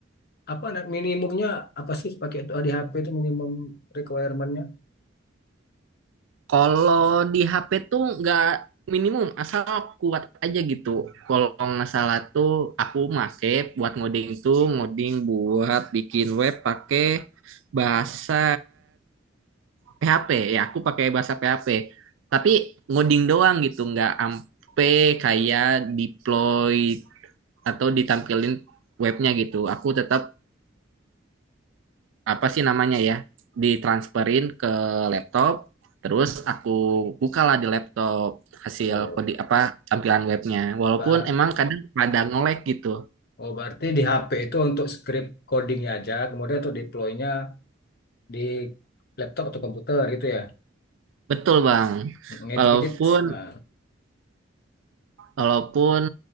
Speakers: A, on the left (about 55°); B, on the right (about 75°).
A: apa nah, minimumnya apa sih pakai itu di HP itu minimum requirement-nya?
B: kalau di HP tuh nggak minimum asal kuat aja gitu. Kalau nggak salah tuh aku make buat ngoding tuh ngoding buat bikin web pakai bahasa PHP. Ya aku pakai bahasa PHP. Tapi ngoding doang gitu nggak ampe kayak deploy atau ditampilin webnya gitu. Aku tetap apa sih namanya ya ditransferin ke laptop terus aku bukalah di laptop hasil
A: Oh,
B: kode apa tampilan webnya walaupun
A: Mbak
B: emang kadang pada nge-lag gitu
A: Oh, berarti di HP itu untuk script codingnya aja, kemudian untuk deploy-nya di laptop atau komputer gitu ya.
B: betul bang
A: Ngedit-ngedit,
B: walaupun
A: nah,
B: Walaupun